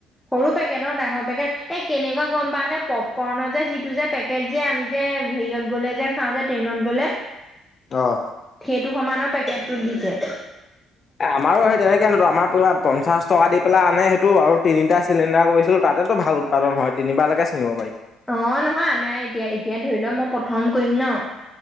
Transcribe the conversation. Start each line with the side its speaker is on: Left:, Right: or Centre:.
Centre: সৰু পেকেট অ', ডাঙৰ পেকেট এই কেনেকুৱা গম পাও নে পপকৰ্ণ যে যিটো যে পেকেট যে আমি যে হেৰিয়ত গ'লে যে খাওঁ যে ট্ৰেইনত গ'লে
Left: অ',
Centre: সেইটো সমানৰ পেকেটটোত দিছে।
Left: এ আমাৰো সেই তেনেকেনতো আমাৰ পৰা পঞ্চাছ টকা দি পেলাই আনে সেইটো আৰু তিনিটা চিলিণ্ডাৰ কৰিছিলোঁ তাতেতো ভাল উৎপাদন হয় তিনিবাৰ লৈকে চিঙিব পাৰি।
Centre: অ', নহয় আমাৰ এতিয়া এতিয়া ধৰি ল' মই প্ৰথম কৰিম ন'